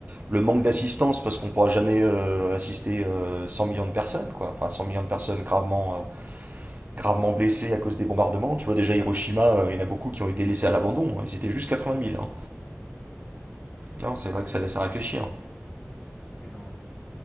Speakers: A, on the right; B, on the left.
A: le
B: puis
A: manque
B: la mort.
A: d'assistance, parce qu'on ne pourra jamais euh, assister euh, 100 millions de personnes, quoi. Enfin, 100 millions de personnes gravement, euh, gravement blessés à cause des bombardements. Tu vois, déjà Hiroshima, euh, il y en a beaucoup qui ont été laissés à l'abandon. Ils étaient juste 80 000. hein. Non, c'est
B: Tout
A: vrai
B: à
A: que
B: fait.
A: ça laisse à réfléchir.
B: Oui, non,